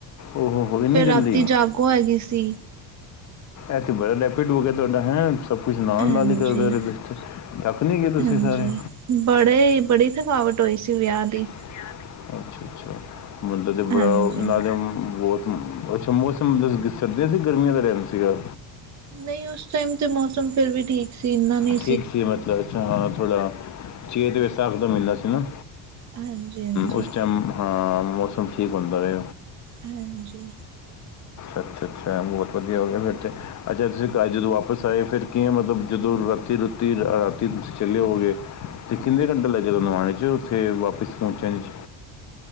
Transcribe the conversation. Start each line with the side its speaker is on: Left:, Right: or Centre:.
Left: ਓਹ ਹੋ ਹੋ ਇੰਨੀ
Right: ਫੇਰ
Left: ਜਲਦੀ
Right: ਰਾੱਤੀ ਜਾਗੋ ਹੈਗੀ ਸੀ।
Left: ਇਹ ਬੜਾ ਲੈਪੀਡ ਹੋ ਗਿਆ ਤੁਹਾਡਾ ਹੈ। ਸਭ ਕੁਛ ਨਾਲ-ਨਾਲ
Right: ਹਾਂਜੀ
Left: ਹੀ ਕਰਦੇ ਰਹੇ ਥੱਕ ਨੀ ਗਏ ਤੁਸੀਂ
Right: ਹਾਂਜੀ,
Left: ਸਾਰੇ।
Right: ਬੜੇ ਬੜੀ ਥਕਾਵਟ ਹੋਈ ਸੀ ਵਿਆਹ ਦੀ।
Left: ਅੱਛਾ-ਅੱਛਾ ਮੁੰਦਾ ਤੇ
Right: ਹਾਂਜੀ।
Left: ਬੜਾ <unintelligible> ਅੱਛਾ ਮੌਸਮ ਸਰਦੀਆਂ ਸੀ ਗਰਮੀਆਂ ਦਾ ਟਾਈਮ ਸੀਗਾ।
Right: ਨਹੀਂ ਉਸ ਟਾਈਮ ਤੇ ਮੌਸਮ ਫੇਰ ਵੀ ਠੀਕ ਸੀ ਇੰਨਾ ਨੀ
Left: ਠੀਕ ਸੀ ਮਤਲਬ ਅੱਛਾ ਹਾਂ ਥੋਹਾ ਚੀ ਤਾ ਵੈਸ ਦਾ ਮਿਲਦਾ ਸੀ ਨਾ
Right: ਹਾਂਜੀ-ਹਾਂਜੀ,
Left: ਉਸ
Right: ਹਾਂਜੀ,
Left: ਟਾਈਮ ਹਾਂ ਮੌਸਮ ਠੀਕ ਹੁੰਦਾ ਵੇ।
Right: ਹਾਂਜੀ
Left: ਅੱਛਾ-ਅੱਛਾ ਬਹੁਤ ਵਧੀਆ ਹੋ ਗਿਆ ਫਿਰ ਤੇ। ਅੱਛਾ ਤੁਸੀਂ ਜਦੋਂ ਵਾਪਸ ਆਏ ਫਿਰ ਕਿਂ ਮਤਲਬ ਜਦੋਂ ਰਾਤੀ ਰੂਤੀ ਰਾਤੀ ਚੱਲੇ ਹੋ ਗੇ। ਤੇ ਕਿੰਨੇ ਘੰਟੇ ਲੱਗੇ ਤੁਹਾਨੂੰ ਆਣੇ ਚ ਉੱਥੇ ਵਾਪਿਸ ਪਹੁੰਚਣ ਚ।